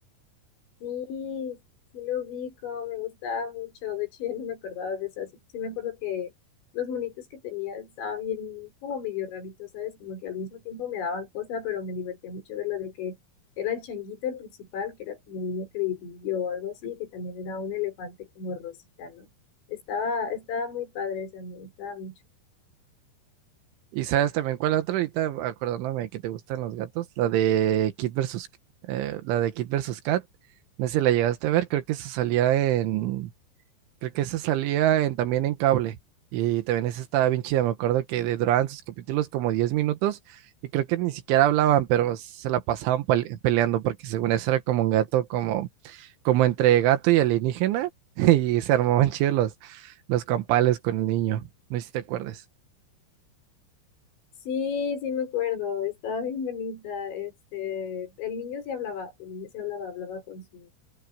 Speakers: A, on the left (about 75°); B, on the right (about 85°).
A: Sí, sí lo ubico, me gustaba mucho. De hecho, ya no me acordaba de eso. Sí, sí me acuerdo que los monitos que tenía estaban bien, como medio raritos, ¿sabes? Como que al mismo tiempo me daban cosas, pero me divertía mucho ver lo de que era el changuito el principal, que era como un creidillo o algo así, que también era un elefante como rosita, ¿no? Estaba, estaba muy padre, o sea, me gustaba mucho.
B: Y sabes también cuál otra ahorita, acordándome que te gustan los gatos, la de Kid versus, eh, la de Kid versus Cat. No sé si la llegaste a ver, creo que se salía en. Creo que esa salía en- también en cable. Y también esa estaba bien chida. Me acuerdo que de- duraban sus capítulos como 10 minutos y creo que ni siquiera hablaban, pero se la pasaban pale- peleando porque según eso era como un gato, como, como entre gato y alienígena <laughs> y se armaban chidos los, los campales con el niño. No sé si te acuerdas.
A: Sí, sí me acuerdo, estaba bien bonita. Este, el niño sí hablaba, el niño sí hablaba, hablaba con sus